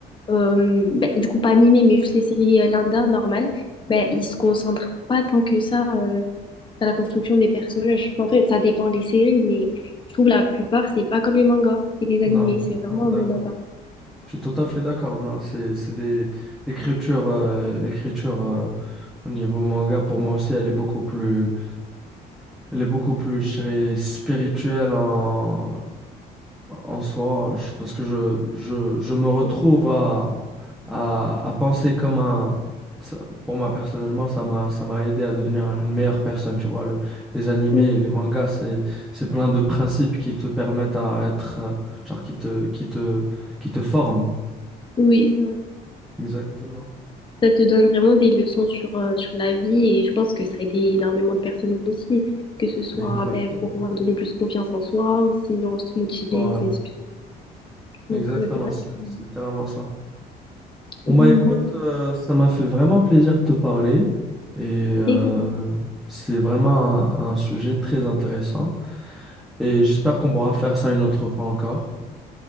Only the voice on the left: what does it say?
euh, ben, du coup pas animées, mais juste les séries euh, lambda, normales. Ben, ils se concentrent pas tant que ça euh, dans la construction des personnages. En fait, ça dépend des séries, mais je trouve la plupart, c'est pas comme les mangas et les animés,
c'est
vraiment
un monde à part.
Mhm.
Mhm.
Oui, c'est vrai.
Ça te donne vraiment des leçons sur, euh, sur la vie et je pense que ça a aidé énormément de personnes aussi, que ce soit
ben, pour donner plus confiance en soi ou sinon se motiver,
s'inspirer.
Donc ouais, c'est vrai
que...
Mm,
Également.